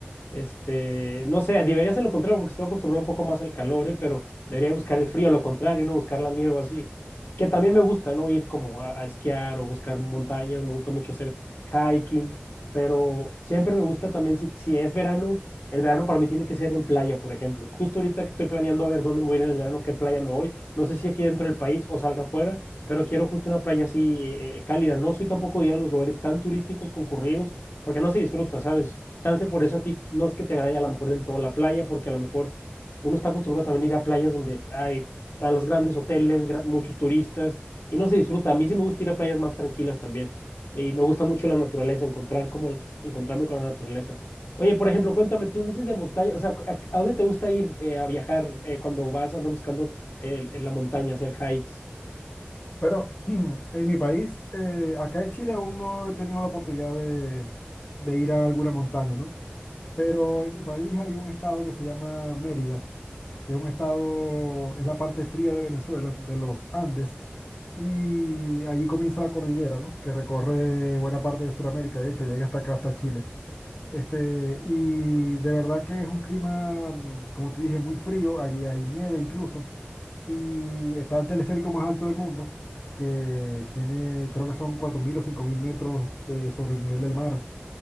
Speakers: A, on the left (about 70°); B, on the left (about 45°).
A: Este, no sé, debería ser lo contrario porque estoy acostumbrado un poco más al calor, ¿eh? Pero debería buscar el frío, lo contrario, no buscar la nieve o así. Que también me gusta, ¿no? Ir como a, a esquiar o buscar montañas, me gusta mucho hacer hiking, pero siempre me gusta también, si, si es verano, el verano para mí tiene que ser en playa, por ejemplo. Justo ahorita que estoy planeando a ver dónde me voy a ir en el verano, qué playa me voy, no sé si aquí dentro del país o salga afuera, pero quiero justo una playa así eh, eh, cálida. No soy tampoco de ir a los lugares tan turísticos concurridos, porque no se disfruta, ¿sabes? chance por eso a ti no es que te agrade a lo mejor del todo la playa, porque a lo mejor uno está acostumbrado también a ir a playas donde hay están los grandes hoteles, gra- muchos turistas, y no se disfruta. A mí sí me gusta ir a playas más tranquilas también. Y me gusta mucho la naturaleza, encontrar como, encontrarme con la naturaleza. Oye, por ejemplo, cuéntame, tú dices de montaña, o sea, ¿a, a dónde te gusta ir eh, a viajar eh, cuando vas, andas buscando eh, en la montaña, hacer hikes?
B: Pero <clears throat> en mi país, eh, acá en Chile aún no he tenido la oportunidad de, de ir a alguna montaña, ¿no? Pero en mi país hay un estado que se llama Mérida, que es un estado, es la parte fría de Venezuela, de los Andes, y allí comienza la cordillera, ¿no? Que recorre buena parte de Sudamérica, de hecho, llega hasta acá, hasta Chile. Este, y de verdad que es un clima, mm, como te dije, muy frío, allí hay nieve incluso. Y está el teleférico más alto del mundo, que tiene, creo que son 4.000 o 5.000 metros de- sobre el nivel del mar.